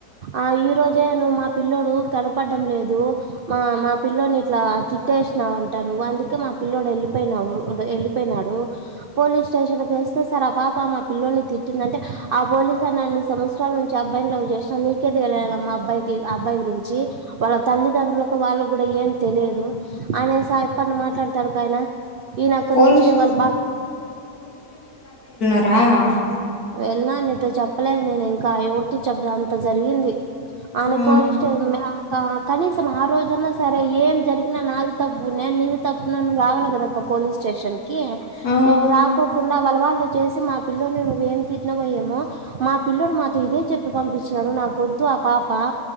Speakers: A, on the right; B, on the left.
A: ఆ ఈ రోజే ను మా పిల్ల్లోడు కనపడడం లేదు మా మా పిల్లోని ఇట్లా తిట్టేసినావు అంటా నువ్వు అందుకే మా పిల్లోడు వెళ్ళిపోయినావు వెళ్ళిపోయినాడు పోలీస్ స్టేషన్కి వస్తే సార్ ఆ పాప మా పిల్లోని తిట్టింద అంటే ఆ బ పోలిస్నా అన్ని సంవత్సరాల నుంచి అబ్బాయిని లవ్ చేస్తుాని ది వెళ్ళాల మా అబ్బాయికి అబ్బాయి గురించి వాళ్ళ తల్లిదండ్రులకు వాళ్ళ కూడా ఏం తెలియదు అనే స ఎప్పని మాట్లాడతాడు కా ఆయన ఈయన అక్కడి
B: పోలీస్
A: నుంచి వాళ్ళు బా
B: త
A: వెళ్ినా నీతో చెప్పలేదు నేను ఇంకా ఎయువత చెదు అంత జరిగింది అన
B: ఆ!
A: పోలిస్ట కనీసం ఆ రోజన్నా సరే ఏం జరిగినా నాది తప్పు నేను నీది తప్పున్నాను రావాలి కదక్క పోలీస్ స్టేషన్ క
B: ఆ!
A: నువ్వు రాకకుడా పలవాళ్లు చేసి మా పిల్ల్లోని నువ్వేం చిన వయ్యమో మా పిల్లడు మాతో ఇదే చెప్పి పంపించినడు నాకొద్దు ఆ పాప